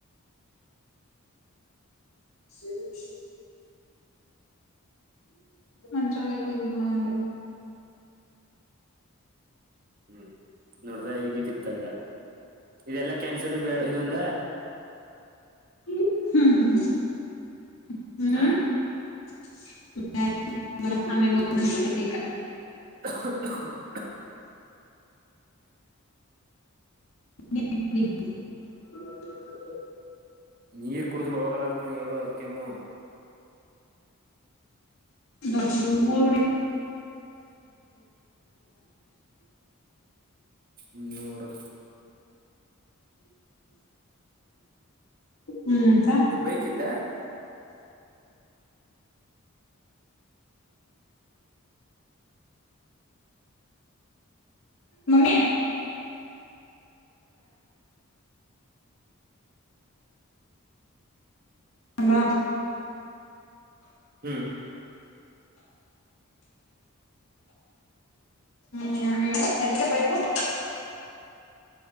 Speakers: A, on the left (about 70°); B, on the right (about 40°).
A: ಸರಿ ಮ ಚ ಒ ಬನ್
B: ಹ್ಮ್ ನೋಡ್ದ ಈಗ ದಿಕ್ತಗ್ದ ಇದೆಲ್ಲಾ ಕ್ಯಾನ್ಸಲ್ ಇದೊಂದ
A: ಹ್ಮ್್ಮ ಹ್ಮ್
B: ಹ
A: ಯಮೇಲೆ
B: <inaudible>
A: <inaudible>
B: ನೀರ್ ಕುಡಿದ್ರು ಹೋಗಲ್ಲ ಅದು ಕಣ ಹೇಳು ಕೆಮ್ಮು
A: ನಿಂಗ್ ಕೂಡಷ್ಟ
B: ಇನ್ನರು
A: ಹ್ಮ್
B: ನೀನ್ ಬೈಕ್ ಇದ್ದ
A: ಮಮ್ಮಿ ಅಲ್ಲ
B: ಹ್ಞೂ
A: ಹ್ಮ್ ನ ಎಲ್ಲಿಕ್ಕೆಯತ